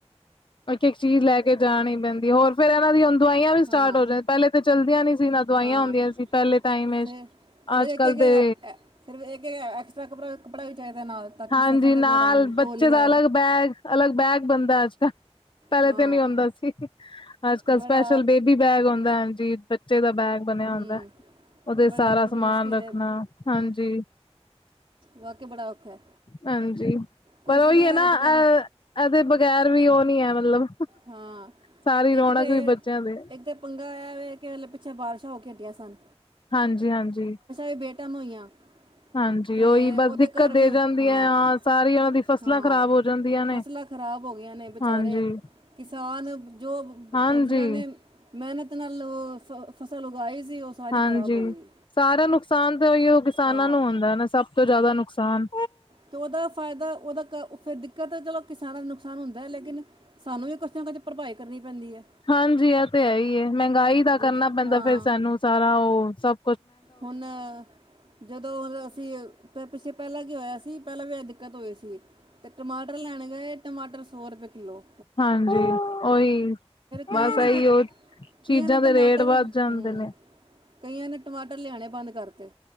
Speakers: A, on the left (about 50°); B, on the right (about 55°).
A: ਇੱਕ -ਇੱਕ ਚੀਜ਼ ਲੈ ਕੇ ਜਾ ਪੈਂਦੀ, ਹੋਰ ਫੇਰ ਇਹਨਾਂ ਦੀਆਂ ਦਵਾਈਆਂ ਵੀ ਸਟਾਰਟ
B: ਹਾਂ
A: ਹੋ ਜਾਂ ਪਹਿਲੇ ਤੇ ਚਲਦੀਆਂ ਨੀ ਸੀ ਨਾ ਇਹ ਦਵਾਈਆਂ
B: ਹਾਂ
A: ਆਉਂਦੀਆਂ ਸੀ ਪਹਿਲੇ ਟਾਈਮ,
B: ਫਿਰ ਫਿਰ
A: ਅੱਜ
B: ਇੱਕ
A: ਕੱਲ
B: ਇੱਕ
A: ਦੇ
B: ਫਿਰ ਇਹ ਐਕਸਟਰਾ ਕੱਪੜਾ ਵੀ ਚਾਹੀਦਾ ਨਾਲ ਤਾਂ ਕਿ
A: ਹਾਂਜੀ,
B: ਸਫ਼ਰ ਦੇ
A: ਨਾਲ
B: ਦੌਰਾਨ
A: ਬੱਚੇ
B: ਤੋਲੀਆ
A: ਦਾ ਅਲੱਗ ਬੈਗ ਅਲੱਗ ਬੈਗ ਬਣਦਾ ਅੱਜ ਕੱਲ, ਪਹਿਲੇ
B: ਹਾਂ
A: ਤੇ ਨੀ ਹੁੰਦਾ ਸੀ ਅੱਜ ਕੱਲ
B: ਬੜਾ
A: ਸਪੈਸ਼ਲ ਬੇਬੀ ਬੈਗ ਆਉਂਦਾ ਹੈ ਜੀ। ਬੱਚੇ ਦਾ ਬੈਗ ਬਣਿਆ
B: ਹੂੰ
A: ਹੁੰਦਾ ਹੈ। ਉਹਦੇ
B: ਬੜਾ
A: ਸਾਰਾ
B: ਮੁ
A: ਸਮਾਨ
B: ਮੁਸ਼ਕਿਲ
A: ਰੱਖਣਾ,
B: ਹੈ
A: ਹਾਂਜੀ
B: ਵਾਕਈ ਬੜਾ ਔਖਾ
A: ਹਾਂਜੀ,
B: ਕੁਛ
A: ਪਰ
B: ਨੇ
A: ਉਹੀ ਹੈ ਨਾ
B: ਅੱਜ ਕੱਲ੍ਹ
A: ਅ ਇਹਦੇ ਬਗੈਰ ਵੀ ਉਹ ਨੀ ਹੈ ਮਤਲਬ
B: ਹਾਂ
A: ਸਾਰੀ ਰੌਣਕ
B: ਇੱਕ ਤੇ,
A: ਵੀ ਬੱਚਿਆਂ ਦੇ
B: ਇੱਕ ਤੇ ਪੰਗਾ ਐ ਵੇ ਕਿ ਹਲੇ ਪਿੱਛੇ ਬਾਰਿਸ਼ਾਂ ਹੋ ਕੇ ਹਟੀਆਂ ਸਨ।
A: ਹਾਂਜੀ, ਹਾਂਜੀ।
B: ਏ ਬੇ ਟੈਮ ਹੋਈਆਂ।
A: ਹਾਂਜੀ
B: ਤੇ
A: ਉਹੀ ਬਸ
B: ਓਦੇ
A: ਦਿੱਕਤ
B: ਕਾਰਨ
A: ਦੇ ਜਾਂਦੀ
B: ਹਾਂ,
A: ਹੈ ਸਾਰੀ ਉਹਨਾਂ ਦੀ ਫਸਲਾਂ
B: ਹਾਂ,
A: ਖ਼ਰਾਬ ਹੋ ਜਾਂਦੀਆਂ ਨੇ
B: ਫਸਲਾਂ ਖ਼ਰਾਬ ਹੋ ਗੀਆਂ ਨੇ ਵਚਾਰੇ
A: ਹਾਂਜੀ
B: ਕਿਸਾਨ ਜੋ
A: ਹਾਂਜੀ
B: ਜਿਨਾ ਨੇ ਮਿਹਨਤ ਨਾਲ ਫਸਲ ਉਗਾਈ ਸੀ ਸਾਰੀ
A: ਹਾਂਜੀ,
B: ਖ਼ਰਾਬ ਹੋ ਗਈ
A: ਸਾਰਾ ਨੁਕਸਾਨ ਤਾਂ ਓਈ ਓ, ਕਿਸਾਨਾਂ
B: ਹਾਂ
A: ਨੂੰ ਹੁੰਦਾ ਨਾ ਸਬ ਤੋਂ ਜਾਦਾ ਨੁਕਸਾਨ
B: ਤੇ ਓਦਾ ਫਾਏਦਾ ਓਦਾ ਕ ਫੇਰ ਦਿੱਕਤ ਚਲੋ ਕਿਸਾਨਾਂ ਦਾ ਨੁਕਸਾਨ ਹੁੰਦੈ ਲੇਕਿਨ ਸਾਨੂੰ ਵੀ ਕੁਛ ਨਾ ਕੁਛ ਭਰਪਾਈ ਕਰਨੀ ਪੈਂਦੀ ਏ।
A: ਹਾਂਜੀ, ਐਤੇ ਹੈਈ ਏ, ਮੈਂਗਾਈ ਦਾ
B: ਜ
A: ਕਰਨਾ ਪੈਂਦਾ
B: ਹਾਂ
A: ਫੇਰ ਸਾਨੂੰ ਸਾਰਾ ਓ, ਸਬ।
B: ਹੁਨ ਜਦੋਂ ਅਸੀਂ ਅ ਪਿੱਛੇ ਪੈਲਾਂ ਕੀ ਹੋਇਆ ਸੀ, ਪੈਲਾਂ ਵੀ ਐ ਦਿੱਕਤ ਹੋਈ ਸੀ। ਤੇ ਟਮਾਟਰ ਲੈਣੇ ਗਏ ਟਮਾਟਰ ਸੋ ਰਪਏ ਕਿਲੋ।
A: ਹਾਂਜੀ, ਓਈ
B: ਕਈਆਂ
A: ਬਸ
B: ਨੇ ਫਿਰ
A: ਐਈ ਓ ਚੀਜਾਂ
B: ਕਈਆਂ ਨੇ
A: ਦੇ
B: ਟਮਾਟਰ
A: ਰੇਟ ਵੱਦ ਜਾਂਦੇ
B: ਹੂੰ
A: ਨੇ।
B: ਕਈਆਂ ਨੇ ਟਮਾਟਰ ਲਿਆਣੇ ਬੰਦ ਕਰਤੇ।